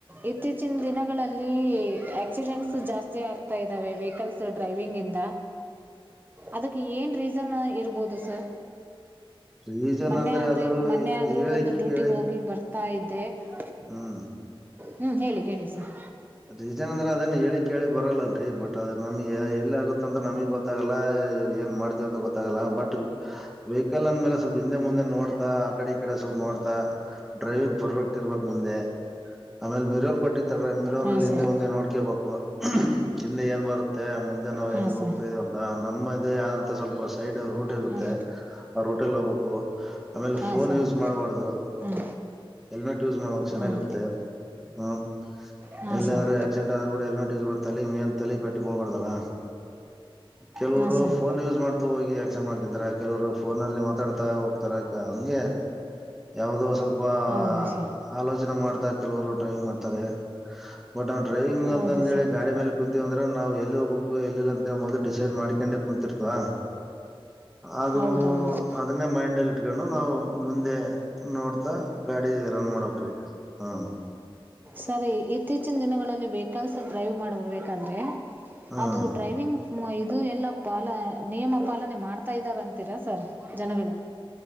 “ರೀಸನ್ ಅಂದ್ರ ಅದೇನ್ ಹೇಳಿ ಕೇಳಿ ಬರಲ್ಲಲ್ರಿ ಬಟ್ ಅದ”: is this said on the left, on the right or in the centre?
Centre